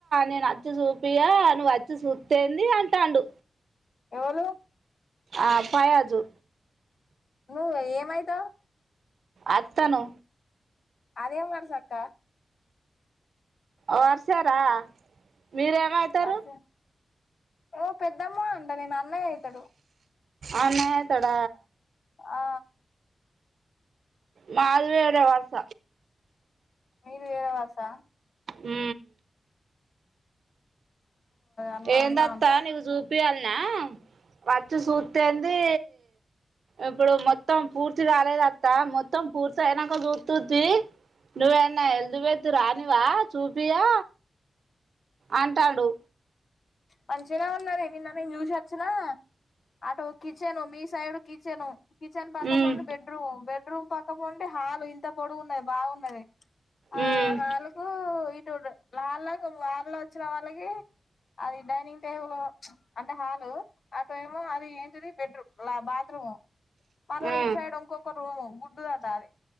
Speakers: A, on the right (about 70°); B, on the left (about 60°).
A: నేను అచ్చి చూపియా నువ్వు వచ్చి చూస్తే ఏంది అంటాడు
B: ఎవళ్ళూ
A: ఆ పవాజు
B: నువ్ ఏమైతావ్
A: అత్తను
B: అదేం వరిసాక్క
A: వరుసే రా మీరేంమైతారు
B: వరుస ఓ పెద్దమ్మ అంట నేను అన్నయ్య అయితాడు
A: అన్నైతాడ
B: ఆ
A: మాదివేరే వరస
B: మీరు వేరె బస్సా
A: ఉ
B: అమ్మ
A: ఏందత్తా
B: అమ్మ అంట
A: నీగుజూ ప్పాలన్న వచ్చి చూతేంది ఇప్పుడు మొత్తం పూర్తి రాలేదు మొత్తం పూర్తి అయినాక చూత్తు తీ నువ్వేన్న ఎల్జీబెత్ రానివా చూపియా అంటాండు
B: మంచిగనే ఉన్నది. నిన్న నేను చూసొచ్చిన అటు కిచెను మీ సైడ్ కిచెను. కిచెన్ పక్కపోండి
A: ఉమ్
B: బెడ్రూమ్ బెడ్రూమ్ పక్క పోండి హాలు ఇంత పొడుగున్నది బాగున్నది ఆ
A: ఉమ్
B: హాలు కు చూడు వాళ్ళకు వాళ్లు వచ్చిన వాళ్ళకి అది డైనింగ్ టేబుల్ అంటే హాలు అటేమో అది ఏంటిది బెడ్రూమ్ బాత్రూమ్ మళ్ళ
A: ఆ
B: ఇటు సైడ్ ఇంకొక రూమ్ గుడ్దకటాలి